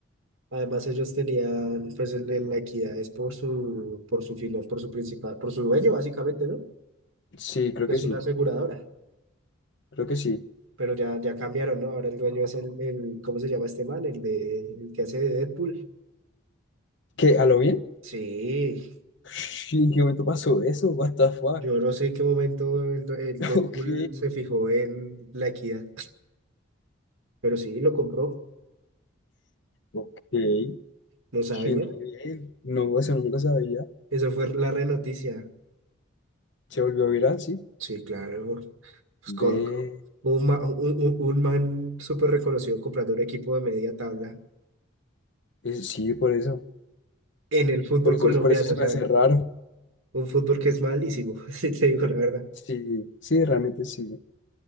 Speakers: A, on the right; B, on the left.
A: además ellos tenían pues el- el- la equidad es por su por su filial, por su principal, por su dueño básicamente, ¿no?
B: Sí, creo
A: Que
B: que
A: es
B: sí.
A: una aseguradora.
B: Creo que sí.
A: Pero ya, ya cambiaron, ¿no? Ahora el dueño es el, el, ¿cómo se llama este man? El de el que hace de Deadpool.
B: ¿Qué? ¿A lo bien?
A: Sí,
B: Ush, ¿En qué momento pasó eso? What the fuck?
A: yo no sé en qué momento el, do- el
B: <laughs>
A: Deadpool
B: Ok.
A: se fijó en la equidad, <laughs> pero sí, lo compró,
B: Ok. Qué
A: no sabía.
B: nivel. No, eso nunca sabía.
A: Eso fue la re noticia.
B: Se volvió viral, sí.
A: Sí, claro. Pues,
B: Ve.
A: co- co- un, ma- un, un- un man súper reconocido comprando un equipo de media tabla.
B: es- sí, por eso.
A: en el fútbol
B: Por eso,
A: colombiano,
B: por eso se
A: o sea,
B: me hace raro.
A: un fútbol que es malísimo, <laughs> si te digo la verdad.
B: Sí, sí, realmente sí.